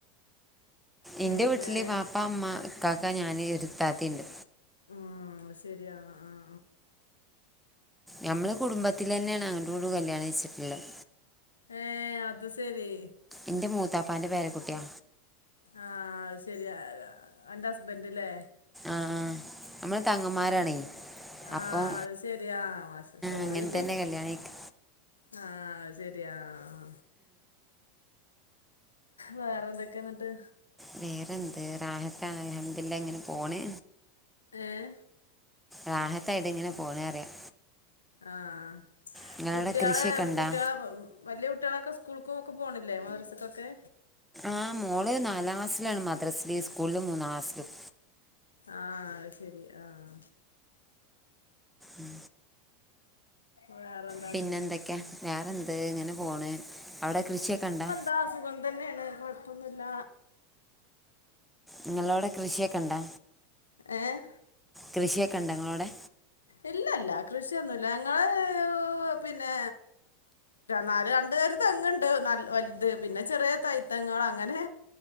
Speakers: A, on the left (about 85°); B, in the centre.
A: പിന്നെ
B: എന്റെ വീട്ടില് വാപ്പാ ഉമ്മ ഇകാക്ക ഞാൻ ഒരു ഇത്താത്തിയുണ്ട്
A: ആഹ് ശരിയാ ആഹ്
B: നമ്മള് കുടുംബത്തിൽ തന്നെയാണ് അങ്ങോട്ടും ഇങ്ങോട്ടും കല്യാണം കഴച്ചിട്ടുള്ളത്
A: ഏഹ് അത് ശരി
B: എന്റെ മൂത്താപ്പാന്റെ പേരക്കുട്ടിയാ
A: ആഹ് അത് ശെരി അന്റെ ഹസ്ബൻഡല്ലേ
B: ആഹ് ആഹ് നമ്മള് തങ്ങന്മാരാണേ
A: ആഹ്
B: അപ്പോൾ
A: അത് ശരിയാ സോറി
B: അങ്ങനെ തന്നെ കല്യാണം കഴിക്ക
A: ആഹ് ശരിയാ ആഹ് വേറെ എന്തൊക്കെയ എന്നിട്ട്
B: വേറെന്ത് റാഹത്താ അൽഹംദുലില്ലാ ഇങ്ങനെ പോണ്
A: ഏഹ്
B: റാഹത്തായിട്ട് ഇങ്ങനെ പോണേ അറിയാം
A: ആഹ്
B: നിങ്ങളവിടെ
A: കുട്ടികളെപ്പം
B: കൃഷിയൊക്കെ ഉണ്ടാ
A: കുട്ടികളെ വലിയ കുട്ടികളൊക്കെ സ്കൂൾക്കും ഒക്കെ പോണില്ലേ മദർസക്കൊക്കെ
B: ആഹ് മോള് നാലാം ക്ലാസ്സിലാണ് മദ്രസില സ്കൂളിൽ മൂന്നാം ക്ലസ്സിലും
A: ആഹ് ശരി ആഹ്
B: ഉം
A: വേറെ ന്താ
B: പിന്നെ എന്തൊക്കാ വേറെന്ത് ഇങ്ങനെ പോണ് അവിടെ കൃഷിയൊക്കെ ഉണ്ടോ
A: ആഹ് സുഖം തന്നെയാണ് കുഴപ്പൊന്നുമില്ല
B: നിങ്ങളോവിടെ കൃഷിയൊക്കെണ്ടാ
A: ഏഹ്
B: കൃഷിയൊക്കെ ഉണ്ടൊ നിങ്ങളോടെ.
A: ഇല്ല ഇല്ല കൃഷിയൊന്നുല്ല ഞങ്ങള് പിന്നെ നാല് രണ്ടേരി തെങ്ങുണ്ട് ന വൽത് പിന്നെ ചെറിയ തൈ തെങ്ങള് അങ്ങനെ.